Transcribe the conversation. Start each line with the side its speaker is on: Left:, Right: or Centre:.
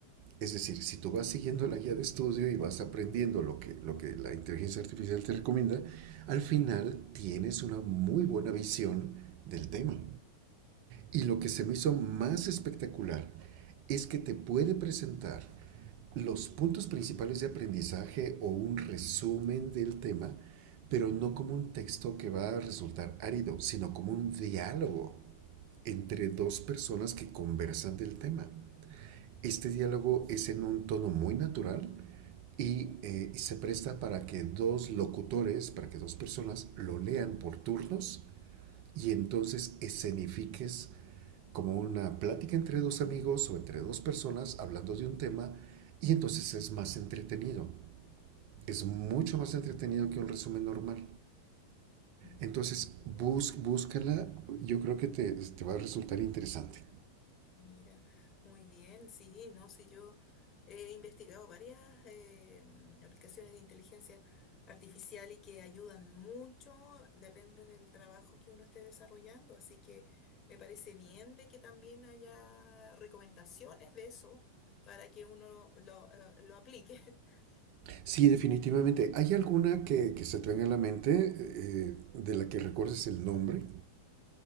Right: Es decir, si tú vas siguiendo la guía de estudio y vas aprendiendo lo que, lo que la inteligencia artificial te recomienda, al final tienes una muy buena visión del tema. Y lo que
Left: claro.
Right: se me hizo más espectacular es que te puede presentar los puntos principales de aprendizaje o un resumen del tema, pero no como un texto que va a resultar árido, sino como un diálogo entre dos personas que conversan del tema. Este diálogo es en un tono muy natural y eh, se presta para que dos locutores, para que dos personas lo lean por turnos y entonces escenifiques como una plática entre dos amigos o entre dos personas hablando de un tema y entonces es más entretenido. Es
Left: Mm,
Right: mucho más entretenido que un resumen normal.
Left: mira,
Right: Entonces,
Left: qué
Right: bus,
Left: bueno.
Right: búscala, yo creo que te, te, va a resultar interesante.
Left: Mira, muy bien, sí, no, sí, yo he investigado varias eh, mm, aplicaciones de inteligencia artificial y que ayudan mucho, depende del trabajo que uno esté desarrollando, así que me parece bien de que también haya recomendaciones de eso para que uno lo, eh, lo aplique. <laughs>
Right: Sí, definitivamente. ¿Hay alguna que, que se te venga a la mente eh, de la que recuerdes el nombre?